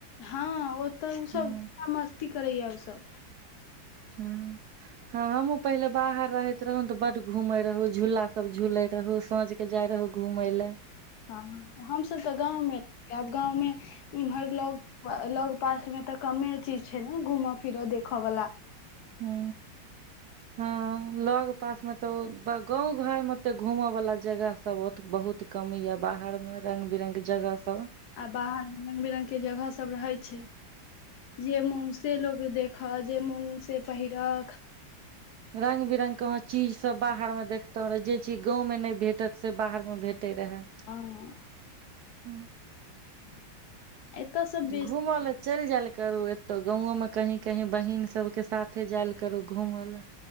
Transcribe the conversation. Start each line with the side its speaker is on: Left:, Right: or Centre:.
Left: हँ ओतऽ उसब
Right: हँ
Left: <unintelligible> मस्ती करय ये उसब।
Right: हँ। हँ हमहुँ पहिले बाहर रहैत रहुं तऽ बड घुमै रहुं झूल्ला सब झूलै रहुं साँझ के जाइ रहौ घूमय ले।
Left: हँ ह हमसब तऽ गाँवमे आब गाँवमे एम्हर लग लग पास में तऽ कमे चिज छै ने घूम फिरऽ देखऽ बला।
Right: हूं ह लग पास मे त ओ त गाँंव घर मे त घूम बला जगह सब ओत बहुत कम ये बाहर में रंगबिरंग के जगह सब
Left: आ बाहर में रंग -बिरंग के जगह सब रहै छै। जे मन से लोक देख, जे मन से पहिर खा
Right: रंग-बिरंग के अहां चीज सब बाहर में देखतों रे, जे चीज गांव में नहि भे तत से बाहर में भेटै रेहे।
Left: हंऽ
Right: हूं
Left: <inaudible> सब बेसी
Right: घुम ले चलि जैल करू, एतो गाँवओ में कही- कही बहीन सबके साथे जाइल करू घूम ले।